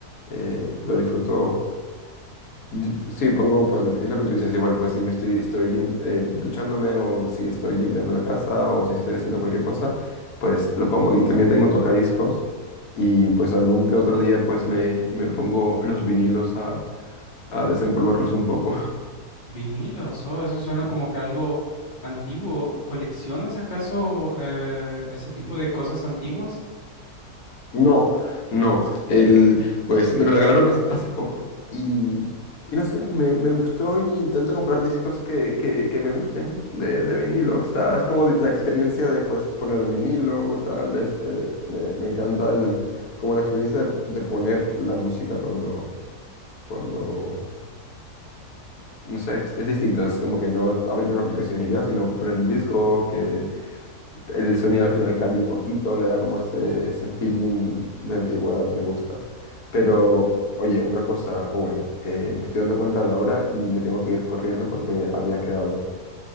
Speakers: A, on the left; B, on the left.
A: Eh, lo disfruto. Di- Sí, pongo, pues es lo que tú dices, igual, pues si me estoy, estoy lim- eh, duchándome o si estoy limpiando la casa o si estoy haciendo cualquier cosa, pues lo pongo. Y también tengo tocadiscos y pues algún que otro día pues me, me pongo los vinilos a, a desempolvarlos un poco.
B: Vinilos, oh, eso suena
A: <laughs>
B: como que algo antiguo. ¿Coleccionas acaso eh, ese tipo de cosas antiguas?
A: No, no. El, pues me lo regalaron hace hace poco y, y no sé, me, me gustó y intento comprar discos que, que, que me gusten de, de vinilo. O sea, es como la experiencia de pues poner el vinilo o tal. es, eh, me, me encanta el, como la experiencia de, de poner la música cuando, cuando, no sé, es, es distinto. Es como que no abrir una aplicación y ya, sino poner el disco que el sonido al final cambia un poquito, le da como ese, ese feeling de antigüedad, me gusta. Pero, oye, una cosa, Owen, eh, me estoy dando cuenta de la hora y me tengo que ir corriendo porque había quedado.